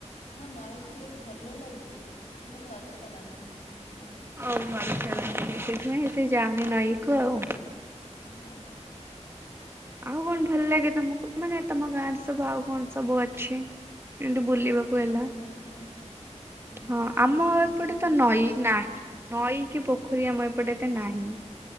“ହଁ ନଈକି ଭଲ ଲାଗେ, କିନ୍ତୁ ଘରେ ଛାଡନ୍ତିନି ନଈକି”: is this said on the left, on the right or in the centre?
Left